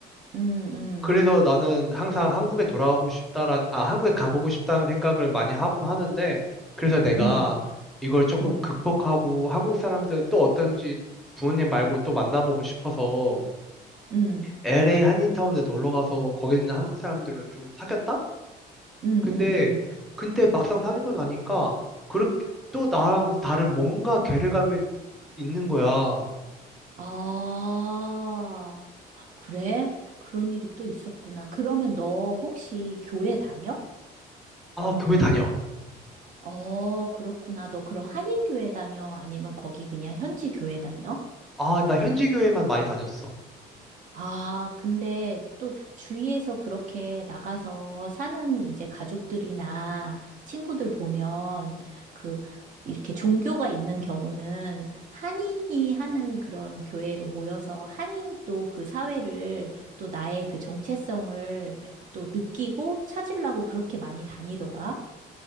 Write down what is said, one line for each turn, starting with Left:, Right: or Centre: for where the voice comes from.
Right: 응, 응.
Centre: 그래서 나는 항상 한국에 돌아가고 싶다라, 아, 한국에 가보고 싶다는 생각을 많이 하곤 하는데, 그래서 내가
Right: 음,
Centre: 이걸 조금
Right: 음,
Centre: 극복하고 한국 사람들은 또 어떤지 부모님 말고 또 만나보고 싶어서
Right: 음,
Centre: LA 한인타운에 놀러 가서 거기 있는 한국 사람들을 좀 사귀었다?
Right: 음,
Centre: 근데,
Right: 음, 음.
Centre: 근데 막상 사귀고 나니까, 그렇게 또 나랑 다른 뭔가 괴리감이 있는 거야. 아,
Right: 아, 그래? 그런 일이 또 있었구나. 그러면 너 혹시 교회 다녀?
Centre: 교회 다녀.
Right: 어, 그렇구나. 너 그럼 한인교회 다녀? 아니면 거기 그냥 현지 교회 다녀?
Centre: 아, 나 현지 교회만 많이 다녔어.
Right: 아, 근데 또 주위에서 그렇게 나가서 사는 이제 가족들이나 친구들 보면 그 이렇게 종교가 있는 경우는 한인이 하는 그런 교회로 모여서 한인 또 그 사회를 또 나의 그 정체성을 또 느끼고 찾으려고 그렇게 많이 다니더라.